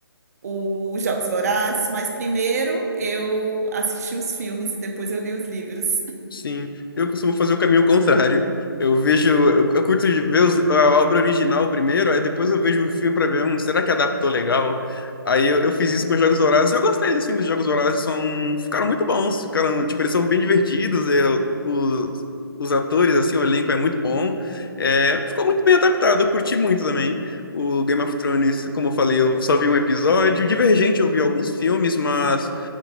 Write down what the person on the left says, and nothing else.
Sim, eu costumo fazer o caminho contrário. Eu vejo, eu, eu curto de ver os- a obra original primeiro, aí depois eu vejo o filme para ver, um será que adaptou legal? Aí eu, eu fiz isso com os Jogos Vorazes. Eu gostei dos filmes dos Jogos Vorazes, são, ficaram muito bons, ficaram, tipo, eles são bem divertidos, é, os, os atores, assim, o elenco é muito bom. É, ficou muito bem adaptado, eu curti muito também. O Game of Thrones, como eu falei, eu só vi um episódio. Divergente, eu vi alguns filmes, mas